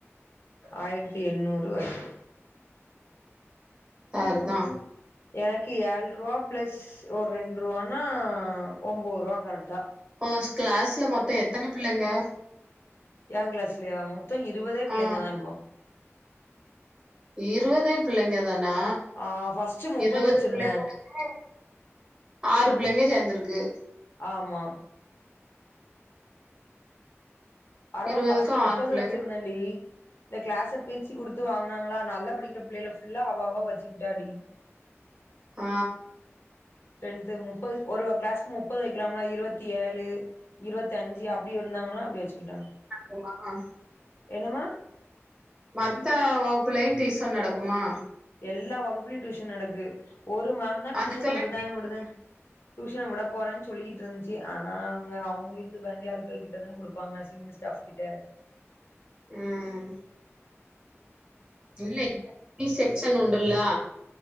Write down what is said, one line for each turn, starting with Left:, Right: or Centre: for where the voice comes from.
Left: ஆயிரத்தி எண்ணூறு வா இருக்கு
Right: பேர்ருதா
Left: எனக்கு ஏழ்ரூவா பிளஸ் ஒரு ரெண்டுரூவானா ஒம்போதுருவா கரெட்டா
Right: ஓஷ் கிளாஸ்ல மொத்தோ எத்தன பிள்ளைங்க
Left: ஏ கிளாஸ்லயா மொத்தோ இருவதே பிள்ளைங்க
Right: ஆ
Left: தா எமோ
Right: இருவதே பிள்ளைங்க தானா
Left: ஆ ஃபர்ஸ்ட் முப்பது
Right: இருவது
Left: வச்சிருந்தே
Right: பிள்ளைங்களுக்கு ஆறு புள்ளைங்க சேந்துருக்கு
Left: ஆமா அரவோ
Right: இருவதுக்கு
Left: ஃபஸ்ட்டு முப்பது
Right: ஆறு பிள்ளைங்க
Left: வச்சிருந்தே டீ இந்த கிளாஸ பிரிச்சு குடுத்து வாங்கனாங்களா நல்லா படிக்கிற பிள்ளைல ஃபுல்லா அவவா வச்சுக்கிட்டாடி
Right: ஆ
Left: ஸ்ட்ரென்த்து முப்பது ஒரு கிளாஸ்கு முப்பது வைக்லாம்ல இருவத்தி ஏழு இருவத்தி அஞ்சு அப்டி இருந்தாங்களா அப்டி வச்சுக்கிட்டாங்க
Right: ம் ஆமா
Left: என்னம்மா
Right: மத்த வகுப்புலையு டீஸ்சன் நடக்குமா
Left: எல்லா வகுப்புலயும் டியூஷன் நடக்கு ஒரு மேம்தா
Right: அதுக்கெல்லா
Left: டியூஷன் விடுதே விடுதே டியூஷன விட போறேன்னு சொல்லிட்டு இருந்துச்சு ஆனா அவங்க அவங்களுக்கு வேண்டிய ஆட்கள் கிட்டதா கொடுப்பாங்க சீனியர் ஸ்டாப் கிட்ட
Right: ம் இல்ல தனி செக்க்ஷென் உன்டுல்லா